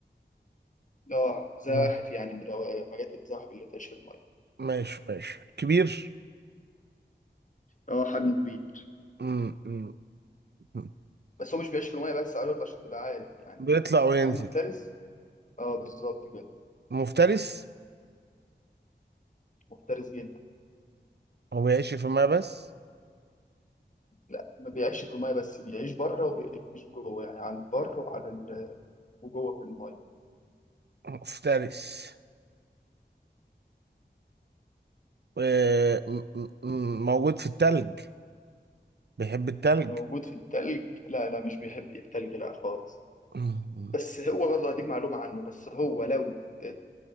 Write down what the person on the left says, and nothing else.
اه زواحف
يعني من الغوا- حاجات الزواحف اللي بتعيش في الميه
اه حجمه كبير
بس هو مش بيعيش في الميه بس عايز برضه عشان تبقى عارف يعني
هو
حيوان مفترس اه بالظبط كده
مفترس جدا
لا ما بيعيش في المايه بس بيعيش بره وبيعيش جوه يعني على البر وعلى ال... وجوه في المايه
موجود في التلج لا لا مش بيحب التلج لا خالص
بس هو برضه هديك معلومة عنه بس هو لو ات-